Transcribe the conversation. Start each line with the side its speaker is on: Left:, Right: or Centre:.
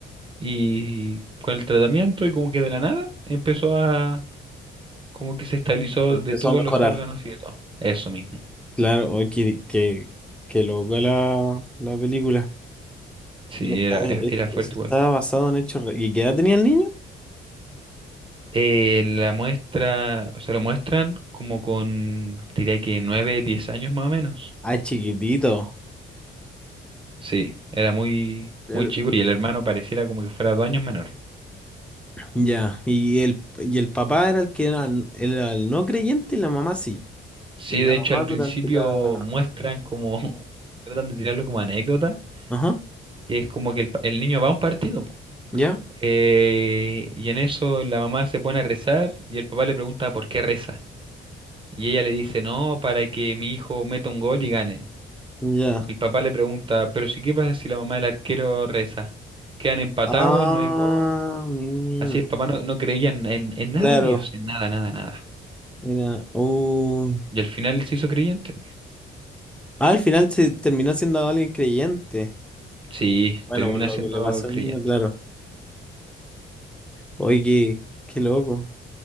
Right: Y con el tratamiento y como que de la nada empezó a, como que se estabilizó
Centre: Empezó
Right: de todos
Centre: a mejorar.
Right: los órganos y de todo. Eso mismo.
Centre: Claro, hoy que, que, que loca la, la película.
Right: Sí,
Centre: Y está,
Right: era,
Centre: es-
Right: e- era fuerte
Centre: eso está
Right: igual.
Centre: basado en hechos re- ¿Y qué edad tenía el niño?
Right: Eh, la muestra, o sea, lo muestran como con, diría que nueve, diez años más o menos.
Centre: Ah, chiquitito.
Right: Sí, era muy,
Centre: Claro.
Right: muy chico y el hermano pareciera como que fuera dos años menor.
Centre: Ya. Y el, y el papá era el que era, n- era el no creyente y la mamá sí.
Right: Sí,
Centre: Y la
Right: de hecho
Centre: mamá
Right: al principio
Centre: durante la.
Right: muestran como, <laughs> tratan de tirarlo como anécdota,
Centre: Ajá.
Right: que es como que el, pa- el niño va a un partido, po.
Centre: Ya.
Right: Eh, y en eso la mamá se pone a rezar y el papá le pregunta por qué reza. Y ella le dice, no, para que mi hijo meta un gol y ganen.
Centre: Ya.
Right: Y el papá le pregunta, pero si qué pasa si la mamá del arquero reza. Quedan empatados,
Centre: Ah,
Right: no hay gol.
Centre: mira.
Right: Así el papá no, no creía en, en en nada
Centre: Claro.
Right: de Dios, en nada, nada, nada.
Centre: Era. uh,
Right: Y al final se hizo creyente.
Centre: Ah, al final se terminó siendo alguien creyente.
Right: Sí,
Centre: Bueno,
Right: termina
Centre: por lo
Right: siendo
Centre: que le pasó
Right: creyente.
Centre: al niño, claro. Oye, qué, qué loco,